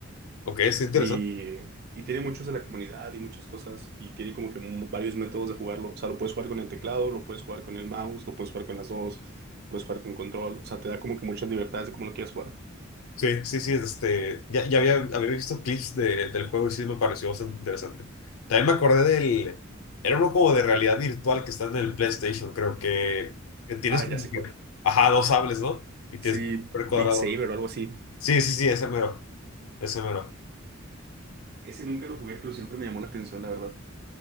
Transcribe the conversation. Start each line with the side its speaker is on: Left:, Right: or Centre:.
Left: Ok, es interesante.
Right: Y, y tiene muchos de la comunidad y muchas cosas. Y tiene como que mu- varios métodos de jugarlo. O sea, lo puedes jugar con el teclado, lo puedes jugar con el mouse, lo puedes jugar con las dos, puedes jugar con control. O sea, te da como que muchas libertades de cómo lo quieras jugar.
Left: Sí, sí, sí, este, ya, ya había, había visto clips de- del juego y sí me pareció bastante interesante. También me acordé del, era uno como de realidad virtual que está en el PlayStation, creo que, que tienes
Right: Ah,
Left: como
Right: ya sé
Left: que,
Right: cuál.
Left: ajá, dos sables, ¿no? Y tienes
Right: Sí,
Left: que ver cuadrado.
Right: Beat Saber o algo así.
Left: Sí, sí, sí, ese mero, ese mero.
Right: Ese nunca lo jugué, pero siempre me llamó la atención, la verdad.